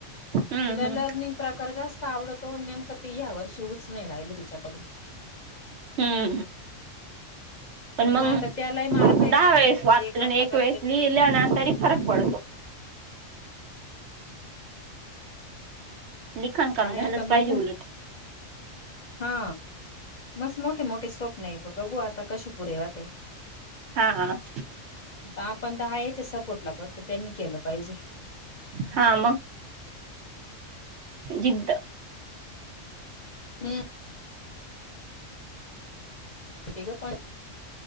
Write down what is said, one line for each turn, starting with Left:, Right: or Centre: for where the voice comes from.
Right: हम्म
Left: तिला
Right: हम्म
Left: लर्निंग. प्रकार जास्त आवडतो नेमकं, ती या वर्षी ते हूच नाही राहिल तिच्याकडून.
Right: हम्म. पण मंग
Left: मग आता त्यालाही मार्क आहे
Right: दहा
Left: म्हटल्यावर
Right: वेळेस वाचल
Left: ते करणं
Right: एक
Left: गरजेचं
Right: वेळेस लिहिलं
Left: आहे.
Right: ना तरी फरक पळतो. लिखाण काम
Left: काय
Right: झालंच
Left: आता बघू
Right: पाहिजे उलट.
Left: हा मस मोठी मोठी स्वप्न आहे. बघू आता कशु पुरे होते.
Right: हा. हा.
Left: आता आपण दहा याच सपोर्टला प त्यांनी केलं पाहिजे.
Right: हा मग? जिद्द
Left: हम्म. <unintelligible>